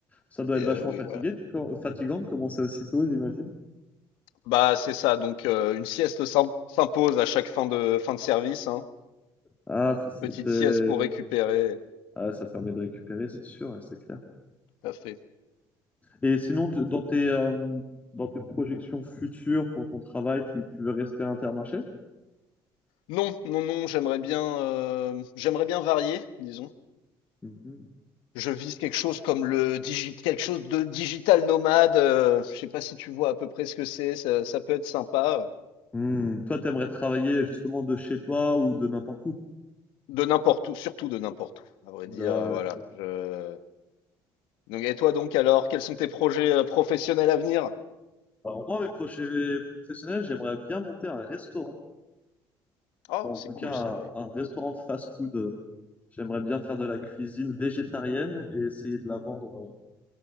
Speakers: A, on the left (about 20°); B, on the left (about 85°).
A: Ça doit
B: Et
A: être vachement
B: euh, oui,
A: fatigué,
B: voilà.
A: de- fatigant de commencer aussitôt, j'imagine.
B: Bah c'est ça, donc euh, une sieste s'im- s'impose à chaque fin de, fin de service, hein.
A: Ah, c'était
B: Petite sieste pour récupérer.
A: Ah, ça permet de récupérer, c'est sûr, ouais, c'est clair.
B: Tout à fait.
A: Et sinon, tu- dans tes, euh, dans tes projections futures pour ton travail, tu, tu veux rester à Intermarché?
B: Non, non, non, j'aimerais bien, euh, j'aimerais bien varier, disons.
A: Mhm.
B: Je vise quelque chose comme le digi- quelque chose de digital nomade. euh, je sais pas si tu vois à peu près ce que c'est. Ça, ça peut être sympa.
A: Hmm. Toi, t'aimerais travailler justement de chez toi ou de n'importe où?
B: De n'importe où, surtout de n'importe où, à vrai
A: D'accord.
B: dire. euh, Voilà. Je... Donc, et toi donc alors, quels sont tes projets euh, professionnels à venir?
A: Alors moi, mes projets professionnels, j'aimerais bien monter un restaurant.
B: Oh,
A: En
B: c'est
A: tout
B: cool
A: cas,
B: ça,
A: un,
B: oui.
A: un restaurant de fast-food. J'aimerais bien faire de la cuisine végétarienne et essayer de la vendre. euh,